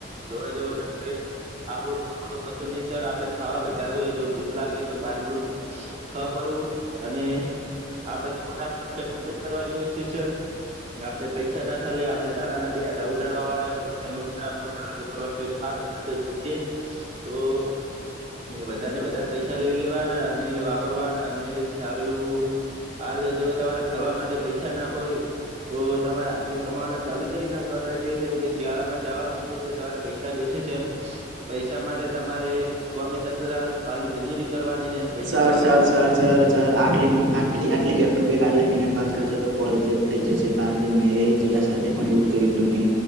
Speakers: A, on the right; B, on the right.
A: લવા જેવોમ કે આપડું ઠકડું હતું નહિ સર આપડે ખાવા કા જોઇ જો ભૂખ લાગે તો બાર પણ ખ પરવું અને આપડે ખુટા ખર્ચા ખૂબ જ કરવા જોએ છે સર આપડે પૈસા ના થાલેે આપણે દાડાના બે દ ઉ દડાવા વાળાટલે ઓછા ઉછા દાડા પ્રવા આઠ હજાર તો જોશે જ તો. વધારે ને વધારે પૈસા લઈ લેવાના અને વાપરવાના અને સારું એવું આ લો જો તમારે ફરવા માટે પૈસા ના હોય તો તમારે હાલથી કમાવાના ચાલુ કરી નાખવાના છે કેમ કે શિયાળામાં જવાનું તો તમારે પૈસા જોશે સર તો પૈસા માટે તમારે ગોમે ત તો રહેવા દો કાળી મજૂરી કરવાની છે પૈસા
B: સર
A: ભેગા
B: સર
A: કરવાના
B: સર સર
A: છે તો
B: સર
A: તમારે
B: આટલી
A: જવાનું છે
B: એટલી આટલી બેક ટુ બેગ આટલી મિનટ વાત કરશો તો કોલ રિજેક્ટ થઈ જશે કારણ કે મેરે જીગા સાથે પણ હતું મે